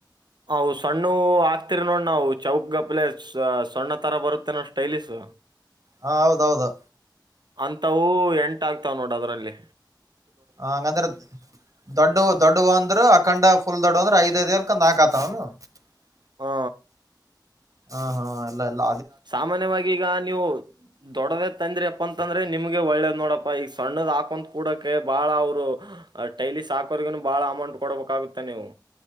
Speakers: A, on the right; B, on the right.
A: ಅ ಸಣ್ಣ ಹಾಕ್ತಿರಿ ನೋಡ್ ನಾವು ಚೌಕ್ ಗಪ್ಲೆ ಸಣ್ಣ ತರ ಬರುತ್ತೆ ನೋಡ್ ಸ್ಟೈಲಿಶ್ ಹ
B: ಹಾ ಹೌದೌದು
A: ಅಂತವು ಎಂಟ ಆಗ್ತಾವ ನೋಡ ಅದ್ರಲ್ಲಿ
B: ಹಂಗಂದ್ರೆ ದೊಡ್ಡ ದೊಡ್ಡ ಅಂದ್ರರು ಅಖಂಡ ಫುಲ್ ದೊಡ್ಡ ಅಂದ್ರ ಐದ್ <unintelligible>
A: ಹಾ
B: ಹಾ ಹಾ ಎಲ್ಲ ಎಲ್ಲ
A: ಸಾಮಾನ್ಯವಾಗಿ ಈಗ ನೀವು ದೊಡ್ಡವೆ ತಂದ್ರಿ ಅಪ್ಪ ಅಂತಂದ್ರೆ ನಿಮ್ಗೆ ಒಳ್ಳೇದ್ ನೋಡಪ್ಪ ಈಗ ಸಣ್ಣದ ಹಾಕೊಂತ ಕೂಡಕೆ ಬಾಳ ಅವ್ರು ಟೈಲಿ ಸಾಕರಿಗೂ ಬಹಳ ಅಮೌಂಟ್ ಕೊಡಬೇಕಾಗುತ್ತೆ ನೀವು